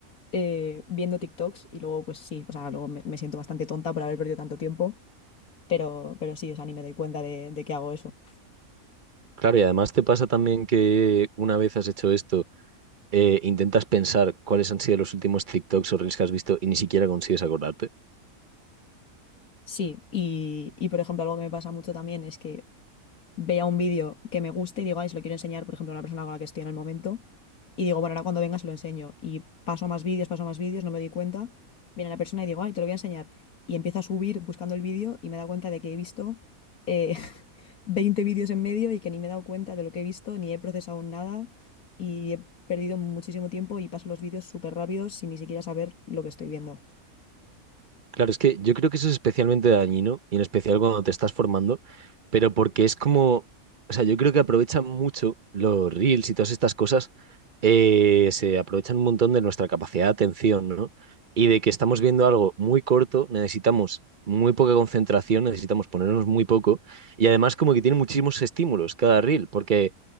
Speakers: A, on the left (about 80°); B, on the right (about 40°).
A: eh, viendo TikToks, y luego, pues sí, o sea, luego me, me siento bastante tonta por haber perdido tanto tiempo, pero, pero sí, o sea, ni me doy cuenta de, de que hago eso.
B: Claro, y además te pasa también que una vez has hecho esto, eh, intentas pensar cuáles han sido los últimos TikToks o Reels que has visto y ni siquiera consigues acordarte.
A: Sí, y, y por ejemplo, algo que me pasa mucho también es que vea un vídeo que me guste y digo, ay, se lo quiero enseñar, por ejemplo, a una persona con la que estoy en el momento, y digo, bueno, ahora cuando venga se lo enseño. Y paso más vídeos, paso más vídeos, no me doy cuenta. Viene la persona y digo, ay, te lo voy a enseñar. Y empiezo a subir buscando el vídeo y me da cuenta de que he visto eh, <laughs> 20 vídeos en medio y que ni me he dado cuenta de lo que he visto, ni he procesado nada y he perdido muchísimo tiempo y paso los vídeos súper rápidos sin ni siquiera saber lo que estoy viendo.
B: Claro, es que yo creo que eso es especialmente dañino, y en especial cuando te estás formando, pero porque es como, o sea, yo creo que aprovechan mucho los reels y todas estas cosas, eh, se aprovechan un montón de nuestra capacidad de atención, ¿no? Y de que estamos viendo algo muy corto, necesitamos muy poca concentración, necesitamos ponernos muy poco, y además como que tiene muchísimos estímulos cada reel, porque